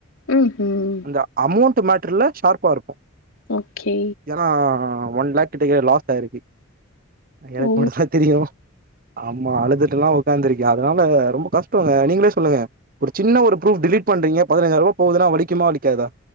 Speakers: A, on the left (about 85°); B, on the right (about 45°).
A: ம் ம்
B: இந்த அமௌண்ட் மேட்டர்ல ஷார்பா இருக்கு
A: ஓகே
B: ஏனா ஒன் லேக் கிட்டக்க லாஸ் ஆய்ருக்கு எனக்கு
A: ஓ
B: மட்டு தா தெரியு ஆம்மா அழுதுட்டுல்லா உக்காந்துருக்க அதனால ரொம்ப கஷ்டோங்க நீங்களே சொல்லுங்க ஒரு சின்ன ஒரு ப்ரூப் டிலிட் பண்றீங்க பதினஞ்சாய்ரூபா போகுதுனா வலிக்குமா விலிக்காதா